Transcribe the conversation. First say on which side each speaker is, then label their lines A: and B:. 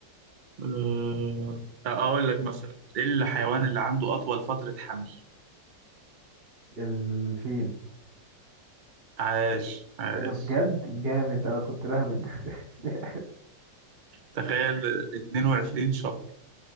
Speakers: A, on the right (about 55°); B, on the right (about 40°).
A: أه آه، أقول لك مثلا إيه الحيوان اللي عنده أطول فترة حمل؟
B: الفيل
A: عاش عاش
B: ايه ده بجد جامد انا كنت بهبد <laughs>
A: تخيل 22 شهر